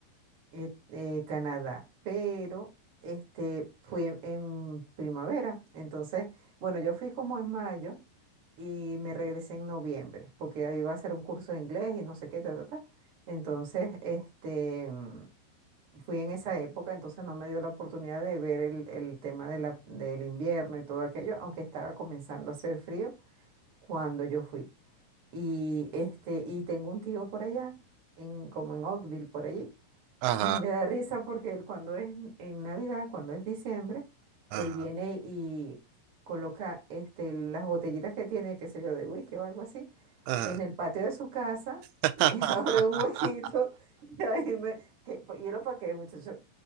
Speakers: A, on the right; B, on the right.
A: eh, eh, Canadá, pero este, fui en, en primavera, entonces, bueno, yo fui como en mayo y me regresé en noviembre, porque ahí iba a hacer un curso de inglés y no sé qué, ta, ta, ta. Entonces, este, mm, fui en esa época, entonces no me dio la oportunidad de ver el, el tema de la- del invierno y todo aquello, aunque estaba comenzando a hacer frío cuando yo fui. Y, este, y tengo un tío por allá, en, como en Oakville, por allí.
B: Ajá,
A: Y me da risa porque él cuando es en Navidad, cuando es diciembre,
B: ajá,
A: él viene y coloca este, las botellitas que tiene, qué sé yo, de whisky o algo así,
B: ajá.
A: en el patio de su casa,
B: <laughs>
A: y <laughs> abre un huequito y ahí me... Que, ¿y lo para qué, muchacho?